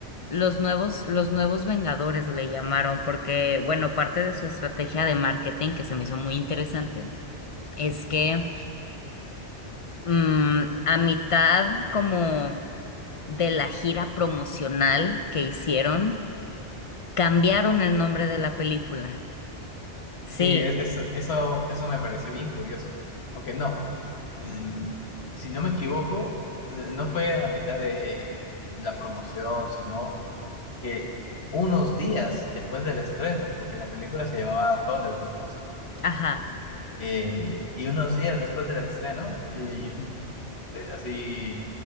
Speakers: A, on the left; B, on the left.
A: Los nuevos, los nuevos Vengadores le llamaron, porque, bueno, parte de su estrategia de marketing que se me hizo muy interesante es que mm, a mitad como de la gira promocional que hicieron, cambiaron el nombre de la película. Sí,
B: sí, e- eso, eso, eso me pareció bien curioso. Aunque no, eh, si no me equivoco, eh, no fue a mitad de la promoción, sino que unos días después del estreno, porque la película se llamaba Thunderbolt,
A: ajá.
B: eh, y unos días después del estreno, y- y- eh, así